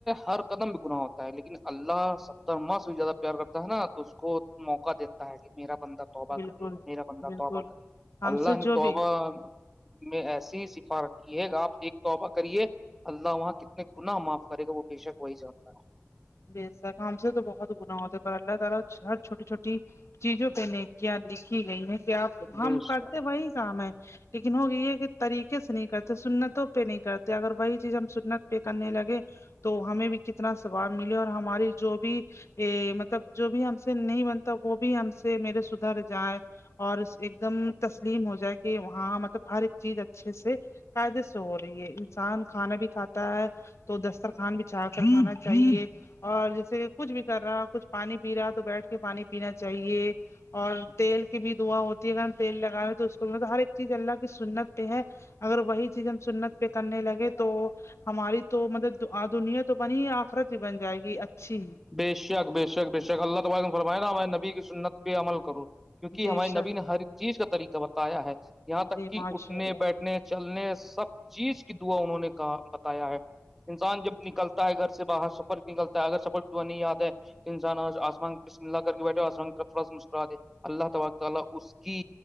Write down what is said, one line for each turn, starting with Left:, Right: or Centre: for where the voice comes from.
Centre: ہر قدم بھی گنااہ ہوتا ہے لیکن اللہ ستر ماہ سے بھی زیادہ پیار کرتا ہے نا تو اس کو موقع دیتا ہے کہ میرا بندہ <unintelligible> تو بہ
Left: بالکل
Centre: کریگا میرا بندہ
Left: بالکل
Centre: توبہ کرے
Left: ہم
Centre: اللہ
Left: سے
Centre: نے
Left: جو
Centre: توبہ
Left: بھی
Centre: میں ایسی ہی سفار یہ آپ ایک توبہ کریے اللہ وہاں کتنے گنا معاف کرے گا وہ بے شک وہی جانتا ہے
Left: بے شک ہم سے تو بہت گنااہ ہوتے پر اللہ تعالی ہر چھوٹی چھوٹی چیزوں پہ نہیں کیا لکھی گئی ہیں کہ آ
Centre: ہے
Left: ہم
Centre: بے
Left: کرتے وہی کام ہے لیکن ہوگی یہ ہے کہ طریقے سے نہیں کرتے سنتوں پہ نہیں کرتے اگر وہی چیز ہم سنت پہ کرنے لگے تو ہمیں بھی کتنا ثواب ملے اور ہماری جو بھی یہ مطلب جو بھی ہم سے نہیں بنتا وہ بھی ہم سے میرے سدھر جائے اور ایک دم تسلیم ہو جائے کہ وہاں مطلب ہر ایک چیز اچھے سے قاعدے سے ہو رہی ہے انسان کھانا بھی کھاتا ہے تو دسترخوان بچھا کر کھانا چاہیے <unintelligible> اور جیسے کہ کچھ بھی کر رہا کچھ پانی پی رہا تو بیٹھ کے پانی پینا چاہیے اور تیل کی بھی دعا ہوتی ہے اگر ہم تیل لگاوے تو اس کو م ہر ایک چیز اللہ کی سنت ہیں اگر وہی چیز ہم سنت پہ کرنے لگے تو ہماری تو مطلب دنیا تو بنی آخرت بھی بن جائے گی اچھی
Centre: بے شک بے شک بے شک اللہ تبارک و تعالی نے فرمائے نا میرے نبی کی سنت پہ عمل کروں کیونکہ
Left: بے
Centre: ہمارے
Left: شک
Centre: نبی نے ہر چیز کا طریقہ بتایا ہے یہاں تک
Left: جی
Centre: کہ
Left: ماشاء
Centre: اٹھنے
Left: اللہ
Centre: بیٹھنے چلنے سب چیز کی دعا انہوں نے بتایا ہے انسان جب نکلتا ہے گھر سے باہر سفر نکلتا ہے اگر سفر دعا نہیں یاد ہے انسان آسمان پے ملا کر کے بیٹھے آسمان کی طرف تھوڑا مسکراہے اللہ تالی تعالی اس کی